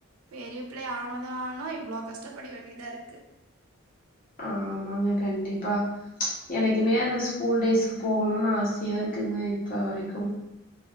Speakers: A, on the right; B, on the left.
A: பெரிய புள்ளையா ஆனது ஆனோ இவ்வளோ கஷ்டப்பட வேண்டியதா இருக்கு
B: ஆமாங்க கண்டிப்பா எனக்குமே அந்த ஸ்கூல் டேஸ்க்கு போகணுனு ஆசையா இருக்கு குங்க இப்ப வரைக்கு